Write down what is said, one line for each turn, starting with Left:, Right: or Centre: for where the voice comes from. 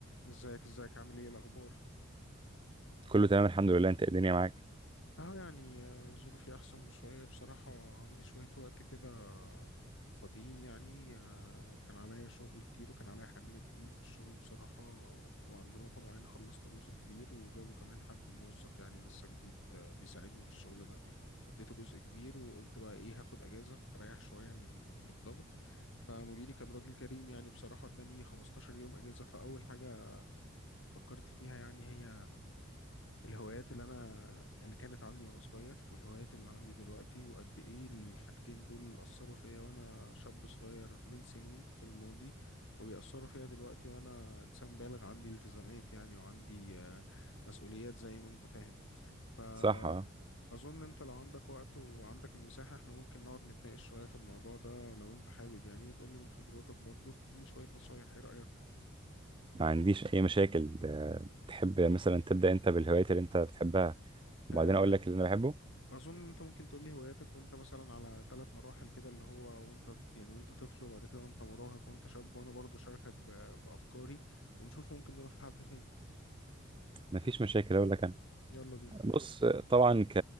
Left: ازيك ازيك عامل ايه الاخبار
Right: كله تمام الحمد لله انت الدنيا معاك
Left: اهو يعني آه، ظروفي احسن بشويه بصراحه عندي شويه وقت كده فاضيين يعني آه، كان عليا شغل كتير وكان عليا حمل تقيل في الشغل بصراحه وعند نقطه معينه خلصت جزء كبير وجابوا كمان حد موظف يعني لسه جديد آه، بيساعدني في الشغل ده فاديته جزء كبير وقلت بقى ايه هاخد اجازه اريح شويه من من الضغط فمديري كان راجل كريم يعني بصراحه اداني 15 يوم اجازه فاول حاجه فكرت فيها يعني هي الهوايات اللي انا اللي كانت عندي وانا صغير والهوايات اللي عندي دلوقتي وقد ايه الحاجتين دول اثروا فيا وانا شاب صغير من سنين في الماضي وبيأثروا فيا دلوقتي وانا انسان بالغ عندي التزامات يعني وعندي آه، مسؤوليات زي ما انت فاهم فأظن
Right: صح اه
Left: انت لو عندك وقت وعندك المساحة احنا ممكن نقعد نتناقش شوية في الموضوع ده لو انت حابب يعني وتقولي من خبراتك برضو تديني شوية نصايح ايه رأيك؟
Right: ما عنديش اي مشاكل آه، تحب مثلا تبدا انت بالهوايات اللي انت بتحبها وبعدين
Left: آه،
Right: اقول لك اللي انا بحبه
Left: اظن انت ممكن تقول لي هواياتك وانت مثلا على ثلاث مراحل كده اللي هو وانت يعني وانت طفل وبعد كده وانت مراهق وانت شاب وانا برضه اشاركك ب- بافكاري ونشوف ممكن نروح لحد فين
Right: ما فيش مشاكل اقول لك انا
Left: يلا بينا
Right: بص آه، طبعا ك